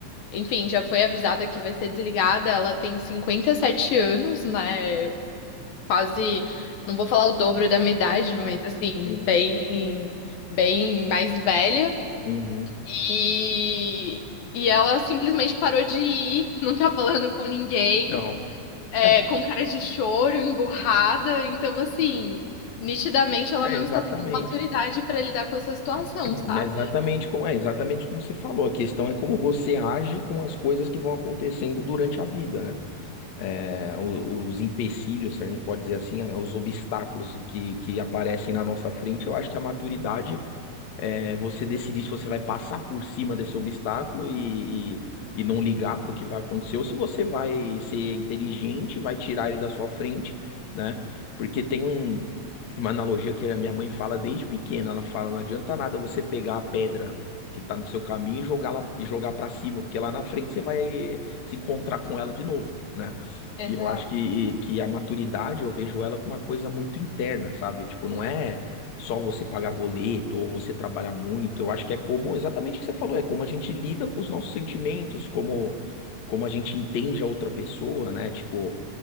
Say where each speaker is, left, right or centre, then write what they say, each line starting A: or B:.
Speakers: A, on the left; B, on the left.
A: enfim, já foi avisada que vai ser desligada. Ela tem 57 anos, né? quase, não vou falar o dobro da minha idade,
B: Sim,
A: mas assim,
B: sim.
A: bem, bem mais velha.
B: Uhum.
A: E, e ela simplesmente parou de ir, <laughs> não tá falando com ninguém,
B: Então,
A: é,
B: é,
A: com cara de choro, emburrada. Então, assim, nitidamente ela
B: é
A: não
B: exatamente,
A: está tendo maturidade para lidar com essa situação,
B: <clears throat>
A: sabe?
B: é exatamente como, é exatamente como você falou. A questão é como você age com as coisas que vão acontecendo durante a vida, né? É, o- os, empecilhos, se a gente pode dizer assim, os obstáculos que, que aparecem na nossa frente. Eu acho que a maturidade é você decidir se você vai passar por cima desse obstáculo e, e, e não ligar para o que vai acontecer, ou se você vai ser inteligente, vai tirar ele da sua frente, né? Porque tem um uma analogia que a minha mãe fala desde pequena. Ela fala, não adianta nada você pegar a pedra que tá no seu caminho e jogar lá e jogar para cima, porque lá na frente você vai se encontrar com ela de novo, né?
A: Exato.
B: E eu acho que, que a maturidade, eu vejo ela como uma coisa muito interna, sabe? Tipo, não é só você pagar boleto ou você trabalhar muito. Eu acho que é como, exatamente o que você falou, é como a gente lida com os nossos sentimentos, como como a gente entende a outra pessoa, né? Tipo,